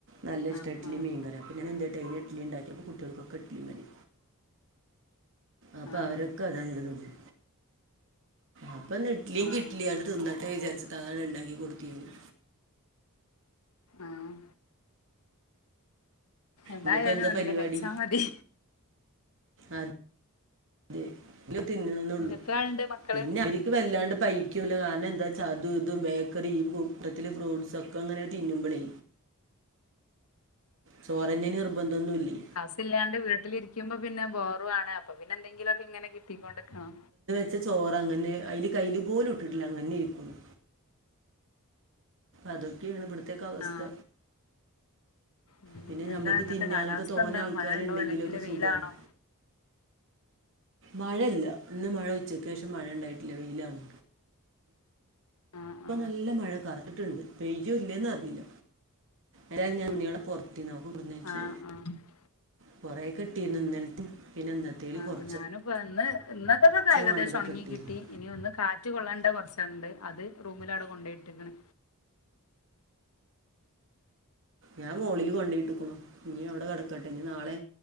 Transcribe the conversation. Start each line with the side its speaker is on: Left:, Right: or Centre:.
Right: നല്ല ഇഷ്ടവാ
Left: ആഹ്
Right: ഇഡലിയും മീൻകറിയും അപ്പൊ എന്ത്ഡേയ് ഇഡലി ഉണ്ടാക്കിയപ്പോൾ കുട്ടികൾക്ക് ഇഡലി മതി അപ്പൊ
Left: ആഹ്
Right: അവരൊക്കെ അതങ്ങട് തിന്നു അപ്പൊ ഇഡലിഎങ്കിൽ
Left: ആഹ്
Right: ഇഡലി തിന്നിട്ടെന്ന് വിചാരിച്ചട്ട് ഉണ്ടാക്കി കൊടുത്തിന്ന്
Left: ആഹ് ആഹ് എന്തായാലും
Right: ഇനിപ്പോ എന്താ
Left: വേണ്ടില്ല
Right: പരിപാടി
Left: കഴിച്ചാ മതി
Right: ആഹഅതെ വല്ലോം തിന്നാനൊന്നേയൊള്ളു
Left: എത്ര ആളുണ്ട് മക്കള്
Right: പിന്നെ അവര് വല്ലാണ്ട് പൈകൂലോ കാരണം എന്താന്നവെച്ചാ അതും ഇതും ബേക്കറി കൂട്ടത്തില്ൽ ഫ്രൂട്ട്സ് ഒക്കെ അങ്ങനെ തിന്നുമ്പോളേ ചോറ് തന്നെന്ന് നിർബന്തമൊന്നും ഇല്ലേ
Left: ഇതിലാണ്ട് വീട്ടിലിരിക്കുമ്പോ പിന്നെ ബോറു ആണ് അപ്പൊ പിന്നെന്തങ്കിലുമൊക്കെ ഇങ്ങനെ കിട്ടിക്കൊണ്ടിരിക്കണം
Right: നിറച്ച ചോറ് അങ്ങനെ തന്നെ കൈലിപോലും ഇട്ടിട്ടില്ല അങ്ങനെ ഇരിക്കുന്നു അതൊക്കെയാണ് ഇവിടുത്തെ അവസ്ഥ
Left: ആ ഉം
Right: പിന്നെ ഞമ്മക്ക്
Left: എന്താ ഇന്നത്തെ
Right: തിന്നാനൊക്കെ
Left: കാലാവസ്ഥ
Right: തോനെ
Left: എന്താ
Right: ആൾക്കാര്
Left: മഴ ഉണ്ടോ
Right: ഉണ്ടെങ്കിലോക്കെ
Left: അല്ലെങ്കിൽ വെയിലാണോ
Right: സുഖമാണ് മഴയില്ല ഇന്ന് മഴ ഉച്ചക്ക് ശേഷം മഴ ഉണ്ടായിട്ടില്ല വെയിലാണ്
Left: ആ
Right: ഇപ്പൊ
Left: ആ
Right: നല്ല മഴ കറത്തിട്ടുണ്ട് പെയ്യുവോ ഇല്ലന്ന് അറിയില്ല അതാ ഞാൻ തുണികള് പുറത്തീനെ അത് കൊണ്ടുവന്നു വച്ചു
Left: ആ ആ
Right: കുറേ ഇട്ടിന്ന് ഇന്നലത്തെ പിന്നെ ഇന്നത്തേല്
Left: ആ
Right: കൊറ
Left: ഞാനിപ്പോ ഇന്ന് ഇന്നത്തേക്ക് ഏകദേശം
Right: വേണ്ടതൊക്കെ
Left: ഉണങ്ങി
Right: കിട്ടിയിരുന്നു
Left: കിട്ടി ഇനി ഒന്ന് കാറ്റ് കാറ്റ് കൊള്ളേണ്ട കുറച്ചണ്ട് അത് റൂമിൽ അവിടെ കൊണ്ട് ഇട്ടേക്കണ്
Right: ഞാൻ ഹോളില് കൊണ്ടിട്ടിരിക്കുന്നു ഇനി അവിടെ കിടക്കട്ടെ ഇനി നാളെ